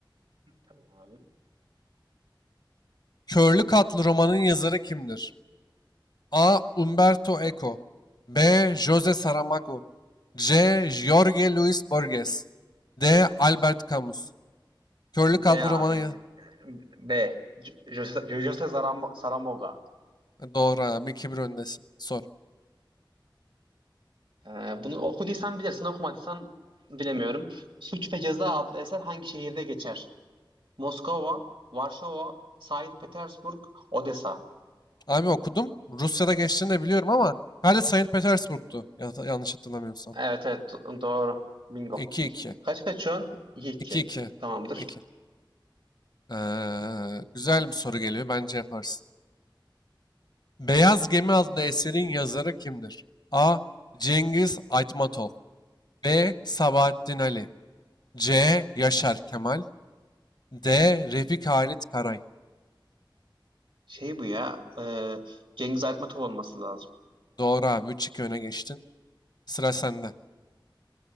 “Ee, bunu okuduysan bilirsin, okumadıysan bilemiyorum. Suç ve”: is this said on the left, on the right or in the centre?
Right